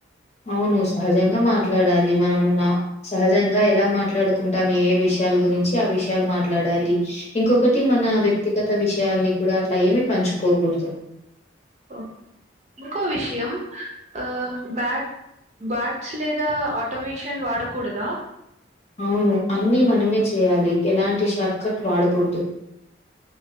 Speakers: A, on the left; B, on the right.
A: అవును సహజంగా మాట్లాడాలి మనము సహజంగా ఎలా మాట్లాడుకుంటాం ఏఎ విషయాల గురించి ఆ విషయాలు. మాట్లాడాలి ఇంకొకటి మన వ్యక్తిగత విషయాలని కూడా అట్లా ఏమి పంచుకోకూడదు.
B: ఓహో ఇంకో విషయం. ఆహ్ బ్యాట్ బట్స్ లేదా ఆటోమేషన్ వాడకూడదా.
A: అవును అన్నీ మనమే చేయాలి ఎలాంటి షార్ట్కట్ వాడకూడదు.